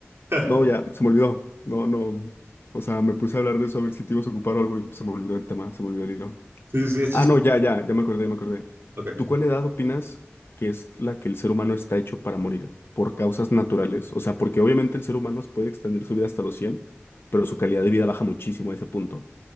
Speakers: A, on the right; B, on the left.
A: <laughs>
B: No, ya, se me olvidó. No, no. O sea, me puse a hablar de eso a ver si te ibas a ocupar o algo y se me olvidó el tema, se me olvidó el hilo.
A: Sí, sí, sí, chiste.
B: Ah, no, ya, ya, ya me acordé, ya me acordé.
A: Ok.
B: ¿Tú cuál edad opinas que es la que el ser humano está hecho para morir? Por causas naturales. O sea, porque obviamente el ser humano puede extender su vida hasta los 100, pero su calidad de vida baja muchísimo a ese punto.